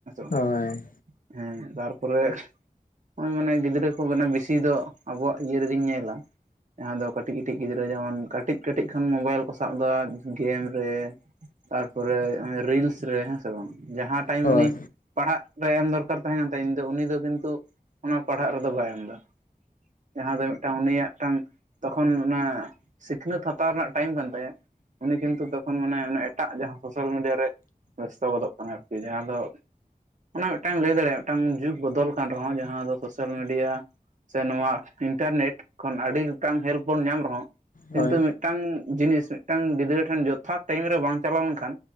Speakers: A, on the right; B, on the left.
A: ᱵᱟᱝ
B: ᱦᱳᱭ
A: ᱦᱮᱸ ᱛᱟᱨᱯᱚᱨᱮ ᱱᱚᱜᱚᱭ ᱢᱟᱱᱮ ᱜᱤᱫᱽᱨᱟᱹ ᱠᱚ ᱢᱟᱱᱮ ᱵᱮᱥᱤ ᱫᱚ ᱟᱵᱚᱣᱟᱜ ᱤᱭᱟᱹ ᱨᱮᱜᱮᱧ ᱧᱮᱞᱟ ᱡᱟᱦᱟᱸ ᱫᱚ ᱠᱟᱹᱴᱤᱡ ᱠᱟᱹᱴᱤᱡ ᱜᱤᱫᱽᱨᱟᱹ ᱡᱮᱢᱚᱱ ᱠᱟᱹᱴᱤᱡ ᱠᱟᱹᱴᱤᱡ ᱠᱷᱚᱱ ᱢᱳᱵᱟᱭᱤᱞ ᱠᱚ ᱥᱟᱵ ᱮᱫᱟ ᱜᱮᱢ ᱨᱮ ᱛᱟᱨᱯᱚᱨᱮ ᱨᱤᱞᱥ ᱨᱮ ᱦᱮᱸ ᱥᱮ ᱵᱟᱝ ᱡᱟᱦᱟᱸ ᱴᱟᱭᱤᱢ
B: ᱦᱳᱭ
A: ᱩᱱᱤ ᱯᱟᱲᱦᱟᱜᱼᱼ ᱨᱮ ᱮᱢ ᱫᱚᱨᱠᱟᱨ ᱛᱟᱦᱮᱸ ᱠᱟᱱ ᱛᱟᱭᱟ ᱩᱧ ᱫᱚ ᱩᱱᱤ ᱠᱤᱱᱛᱩ ᱚᱱᱟ ᱯᱟᱲᱦᱟᱜ ᱨᱮᱫᱚ ᱵᱟᱭ ᱮᱢ ᱮᱫᱟ ᱡᱟᱦᱟᱸ ᱫᱚ ᱢᱤᱫ ᱴᱟᱝ ᱩᱱᱤᱭᱟᱜ ᱢᱤᱫ ᱴᱟᱝ ᱛᱚᱠᱷᱚᱱ ᱚᱱᱟ ᱥᱤᱠᱷᱱᱟᱹᱛ ᱦᱟᱛᱟᱣ ᱨᱮᱱᱟᱜ ᱴᱟᱭᱤᱢ ᱠᱟᱱ ᱛᱟᱭᱟ ᱩᱱᱤ ᱠᱤᱱᱛᱩ ᱛᱚᱠᱷᱚᱱ ᱢᱟᱱᱮ ᱮᱴᱟᱜ ᱡᱟᱦᱟᱸ ᱥᱳᱥᱟᱞ ᱢᱤᱰᱤᱭᱟ ᱨᱮ ᱵᱮᱥᱛᱚ ᱜᱚᱫᱚᱜ ᱠᱟᱱᱟᱭ ᱟᱨᱠᱤ ᱡᱟᱦᱟᱸ ᱫᱚ ᱚᱱᱟ ᱢᱮᱫ ᱴᱟᱝ ᱮᱢ ᱞᱟᱹᱭ ᱫᱟᱲᱮᱭᱟᱜ-ᱟ ᱢᱮᱫᱴᱟᱝ ᱡᱩᱜᱽ ᱵᱚᱫᱚᱞ ᱠᱟᱱ ᱨᱮᱦᱚᱸ ᱡᱟᱦᱟᱸ ᱫᱚ ᱥᱳᱥᱟᱞ ᱢᱤᱰᱤᱭᱟᱼᱼ ᱥᱮ ᱱᱚᱣᱟ ᱤᱱᱴᱟᱨᱱᱮᱴ ᱠᱷᱚᱱ ᱟᱰᱤ ᱜᱚᱴᱟᱝ ᱦᱮᱞᱯ ᱵᱚᱱ ᱧᱟᱢ ᱨᱮᱦᱚᱸ ᱠᱤᱱᱛᱩ
B: ᱦᱳᱭ
A: ᱢᱤᱫᱼᱼ ᱴᱟᱝ ᱡᱤᱱᱤᱥ ᱢᱤᱫᱴᱟᱝ ᱜᱤᱫᱽᱨᱟᱹ ᱴᱷᱮᱱ ᱡᱚᱛᱷᱟᱛ ᱴᱟᱭᱤᱢ ᱨᱮ ᱵᱟᱝ ᱪᱟᱞᱟᱣ ᱞᱮᱱᱠᱷᱟᱱᱼᱼ